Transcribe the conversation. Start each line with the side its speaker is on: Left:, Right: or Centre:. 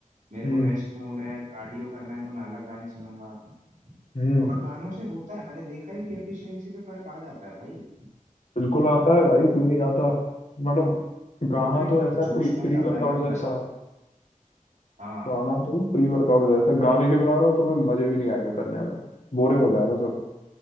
Right: मेरे
Left: हम्म
Right: को रेस्ट मोड है कार्डियो करना है तो मैं अलग गाने सुनूंगा
Left: हम्म।
Right: और गानों से होता है मैंने देखा है कि एफिशिएंसी पे फर्क आ जाता है भाई
Left: बिल्कुल आता है भाई क्यों नहीं आता मतलब गाना
Right: वो जो एक
Left: तो ऐसा
Right: जोश
Left: प्री
Right: भर
Left: प्री
Right: जाता
Left: वर्कआउट
Right: है ना अंदर
Left: जैसा
Right: हाँ
Left: गाना तो प्री वर्कआउट जैसा गाने के बिना ना तुम्हें मजे भी नहीं आएंगे करने में बोरिंग हो जाएगा सब